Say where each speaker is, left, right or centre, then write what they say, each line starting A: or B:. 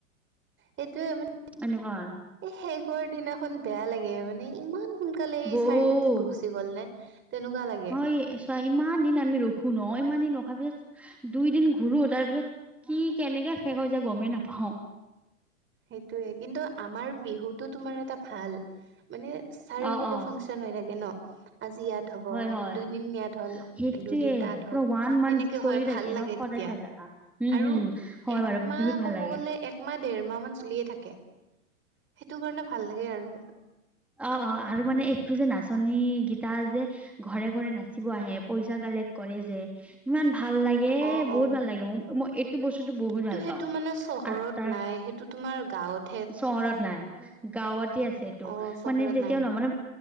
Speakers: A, on the right; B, in the centre.
A: সেইটোৱে
B: এনেকুৱা হয়।
A: এ শেষ হোৱাৰ দিনাখন বেয়া লাগে মানে ইমান সোনকালে এই
B: বহুত
A: চাৰিদিন গুচি গ'ল নে তেনেকুৱা লাগে।
B: হয় চোৱা ইমান দিন আমি ৰখো ন ইমান দিন ৰখাৰ পিছত দুই দিন ঘূৰো তাৰ পিছত কি কেনেকে শেষ হৈ যায় গমেই নাপাও।
A: সেইটোয়ে কিন্তু আমাৰ বিহুটো তোমাৰ এটা ভাল মানে চাৰিফালে
B: অ অ
A: ফাং চন হৈ থাকে ন, আজি ইয়াত হ'ব,
B: হয় হয়
A: দুদিন ইয়াত হল
B: সেইটোয়ে
A: দুদিন তাত
B: পুৰা
A: হ'ল
B: ওৱান
A: তেনেকে
B: মান্থ চলি
A: হয়
B: থাকে
A: ভাল
B: ন
A: লাগে
B: সদায়
A: তেতিয়া।
B: চাই থাকা উম
A: আৰু
B: হুম হয়
A: একমাহ
B: বাৰু বিহুত ভাল
A: কব
B: লাগে
A: গ'লে একমাহ দেৰ মাহ মান চলিয়ে থাকে। সেইটো কাৰণে ভাল লাগে আৰু।
B: অঁ অঁ আৰু মানে এইটো যে নাচনী গীতা যে ঘৰে ঘৰে নাচিব আহে পইছা কালেক্ট কৰে যে ইমান ভাল লাগে এ
A: অ
B: বহুত
A: অ
B: ভাল লাগে মোক মই এইটো বস্তুটো বহুত
A: ত
B: ভাল
A: সেইটো
B: পাওঁ,
A: মানে চহৰত
B: আৰু তাৰ
A: নাই সেইটো তোমাৰ গাঁৱত
B: চহৰত নাই গাঁৱতে আছে এইটো,
A: অ চহৰত
B: মানে তেতিয়াও
A: নাই
B: ন মানে